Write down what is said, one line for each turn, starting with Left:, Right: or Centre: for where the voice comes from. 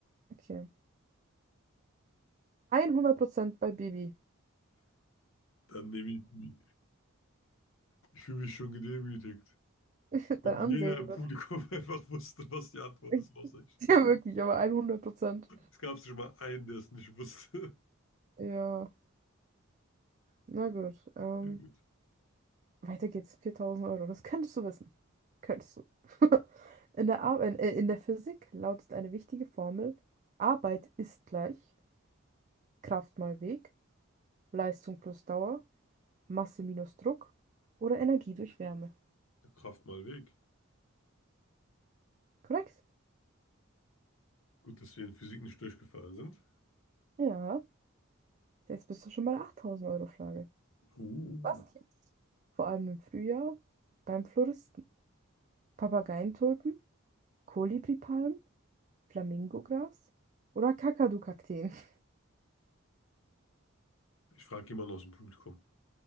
Right: Okay. 100% bei Bibi.
Left: Dann nehme ich. Ich fühle mich schon gedemütigt.
Right: <laughs>
Left: Wenn
Right: Dein Ansehen
Left: jeder im
Right: wird.
Left: Publikum <laughs> einfach wusste, was die Antwort
Right: <laughs>
Left: ist, außer ich.
Right: Ja, wirklich, aber 100%.
Left: Es gab schon mal einen, der es nicht wusste. <laughs>
Right: Ja, na gut. Ähm,
Left: Ja gut.
Right: weiter geht's. 4000 Euro. Das könntest du wissen. Könntest du. <laughs> In der, Ar in, äh, in der Physik lautet eine wichtige Formel: Arbeit ist gleich Kraft mal Weg, Leistung plus Dauer, Masse minus Druck oder Energie durch Wärme.
Left: Der Kraft mal weg.
Right: Korrekt?
Left: Gut, dass wir in Physik nicht durchgefallen sind.
Right: Ja. Jetzt bist du schon bei der 8000 Euro Frage.
Left: Uh,
Right: Was gibt's vor allem im Frühjahr beim Floristen? Papageientulpen, Kolibripalmen, Flamingogras oder Kakadu-Kakteen. <laughs>
Left: ich frage jemanden aus dem Publikum.